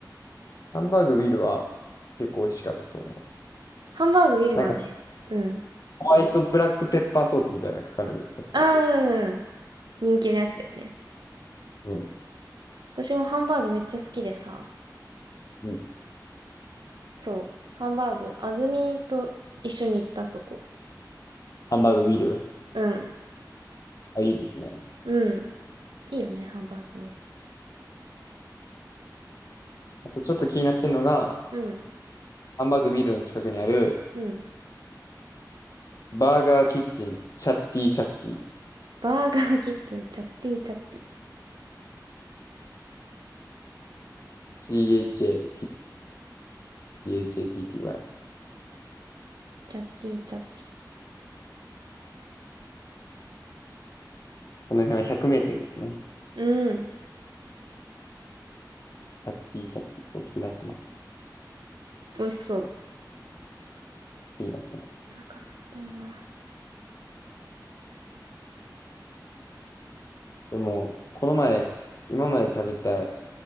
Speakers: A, on the left; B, on the right.
A: ハンバーグビールは結構美味しかったと思う。
B: ハンバーグウィルはね、
A: なんか
B: うん。
A: ホワイトブラックペッパーソースみたいなのかかるやつ。
B: あーうんうん。人気のやつだよね。
A: うん。
B: 私もハンバーグめっちゃ好きでさ、
A: うん。
B: そう。ハンバーグ、安住と一緒に行ったそこ。
A: ハンバーグビール。
B: うん。
A: あ、いいですね。
B: うん。いいよね、ハンバーグね。
A: あとちょっと気になってるのが、
B: うん。
A: ハンバーグビールの近くにある、
B: うん。
A: バーガーキッチン、チャッティチャッティ。
B: バーガーキッチン、チャッティーチャッティー。
A: CHATTY。CHATTY。
B: チャッティーチャッティー。
A: この辺は100名店ですね。
B: うん。
A: チャッティチャッティ。こう気になってます。
B: 美味しそう。
A: 気になってます。
B: お腹空いたな。
A: でも、この前、今まで食べた